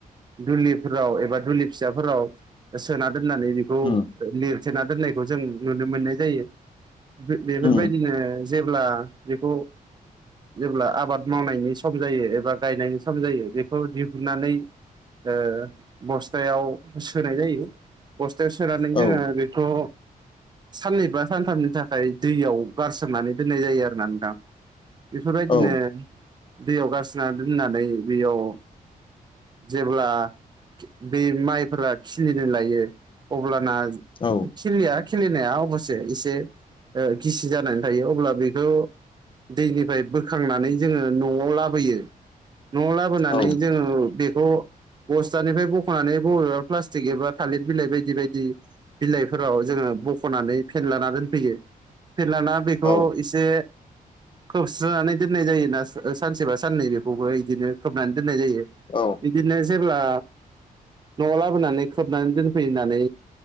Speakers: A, on the right (about 30°); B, on the left (about 35°).
A: दुलिफोराव एबा दुलि फिसाफोराव सोना दोननानै खौ
B: उम
A: लेरथेना दोननायखौ जों नुनो मोननाय जायो बेफोरबायदिनो
B: उम
A: जेब्ला बेखौ जेब्ला आबाद मावनायनि सम जायो एबा गायनायनि सम जायो बे बेखौ दिहुननानै ओ बस्थायाव सोनाय जायो। बस्थायाव सोनानै
B: औ
A: जोंङो बेखौ साननै बा सानथामनि थाखाय दैयाव गारसोमनानै दोननाय जायो आरोना नोंथां बेफोरबायदिनो
B: औ
A: दैयाव गारसिनना दोननानै बेयाव जेब्ला बे माइफोरा खिलिनो लायो अब्लाना
B: औ
A: खिलिया खिलिनाया अबसे एसे गिसि जानानै थायो। अब्ला बेखौ दैनिफ्राय बोखांनानै जोंङो न'आव लाबोयो न'आव लाबोनानै
B: औ
A: जोङो बेखौ बस्थानिफ्राय बख'नानै बबेबा प्लास्टिक एबा थालिर बिलाइ बायदि बायदि बिलाइफोराव जोंङो बख'नानै फेनलाना दोनफैयो फेनलाना बेखौ
B: औ
A: एसे खोबस्रनानै दोननाय जायो ना सानसेबा साननै बेखौबो इदिनो खोबनानै दोननाय जायो
B: औ
A: बिदिनो जेब्ला न'आव लाबोनानै खोबनानै दोनफैनानै